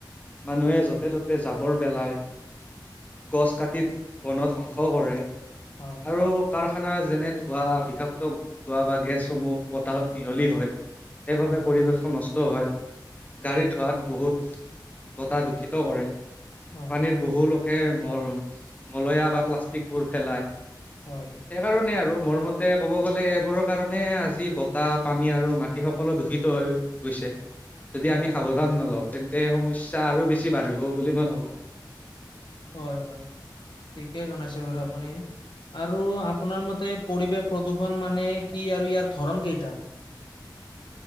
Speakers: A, on the left; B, on the left.
A: মানুহে য'তে ত'তে জাবৰ পেলায়। গছ কাটি বনৰ ধ্বংস কৰে।
B: হয়।
A: আৰু কাৰখানা যেনে ধোঁৱা বিষাক্ত, ধোঁৱা বা গেছসমূহ বতাহত মিহলি হয়। সেই
B: হয়,
A: বাবে পৰিৱেশৰ ন ষ্ট হয়, গাড়ী ধোঁৱাত বহুত বতাহ দূষিত কৰে।
B: হয়,
A: পানীৰ বহু লোকে ম মলয়া বা প্লাষ্টিক বোৰ ফলায়
B: হয়।
A: সেইকাৰণে আৰু, মোৰ মতে ক'ব গ'লে এইবোৰৰ কাৰণে আজি ব তাহ, পানী আৰু মাটি সকলো দূষিত হৈ গৈছে, যদি
B: হয়,
A: আমি সাব ধান নলওঁ, তেন্তে সমস্যা আৰু বেছি বাঢ়িব বুলি মই ভাৱোঁ।
B: হয় হয়, ঠিকেই জনাইছে বাৰু আপুনি। আৰু আপোনাৰ মতে পৰিৱেশ প্ৰদূষণ মানে কি আৰু ইয়াৰ ধৰণ কেইটা?